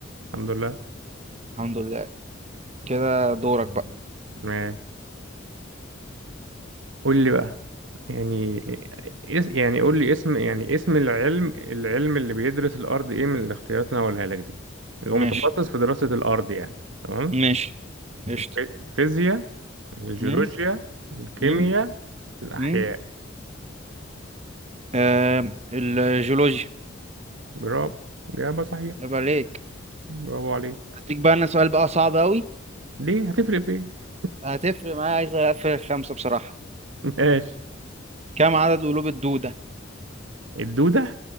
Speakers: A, on the right; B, on the right.
A: الحمد لله
B: الحمد لله
A: <laughs>
B: كده دورك بقى
A: ماشي قول لي بقى يعني إيه- إس يعني قول لي اسم يعني اسم العلم العلم اللي بيدرس الأرض إيه من الاختيارات اللي أنا هقولها لك دي اللي
B: ماشي
A: هو متخصص في دراسة الأرض يعني تمام
B: ماشي قشطة
A: الفي- الفيزياء الجيولوجيا
B: مم،
A: الكيمياء
B: مم،
A: الأحياء
B: مم. آه الجيولوجيا
A: برافو إجابة صحيحة
B: عيب عليك
A: برافو عليك
B: هديك بقى انا سؤال بقى صعب قوي
A: ليه هتفرق في إيه؟
B: هتفرق معايا عايز اقفل خمسة بصراحة
A: <laughs> ماشي
B: كم عدد قلوب الدودة
A: الدودة